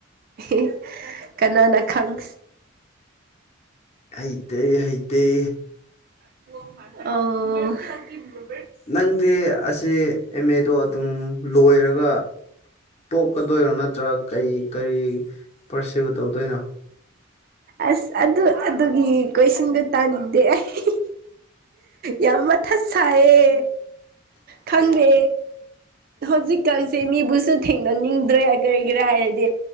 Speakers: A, on the right; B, on the left.
A: ꯑꯦ ꯀꯅꯥꯅ ꯈꯪ
B: ꯍꯩꯇꯩ ꯍꯩꯇꯩ
A: ꯑ
B: ꯅꯪꯗꯤ ꯑꯁꯤ ꯑꯦꯝ ꯑꯦꯗꯣ ꯑꯗꯨꯝ ꯂꯣꯏꯔꯒ ꯇꯣꯛꯀꯗꯣꯏꯔꯣ ꯅꯠꯇ꯭ꯔꯥ ꯀꯔꯤ ꯀꯔꯤ ꯄꯔꯁꯤꯜ ꯇꯧꯗꯣꯏꯅꯣ
A: ꯑꯁ ꯑꯗꯨ ꯑꯗꯨꯒꯤ ꯀꯣꯏꯁꯟꯗꯣ ꯇꯥꯅꯤꯡꯗꯦ ꯑꯩ ꯌꯥꯝ ꯃꯊꯥ ꯁꯥꯏꯌꯦ ꯈꯪꯗꯦ ꯍꯧꯖꯤꯛꯀꯥꯟꯁꯦ ꯃꯤꯕꯨꯁꯨ ꯊꯦꯡꯅꯅꯤꯡꯗ꯭ꯔꯦ ꯀꯔꯤꯒꯤꯔꯥ ꯍꯥꯏꯔꯗꯤ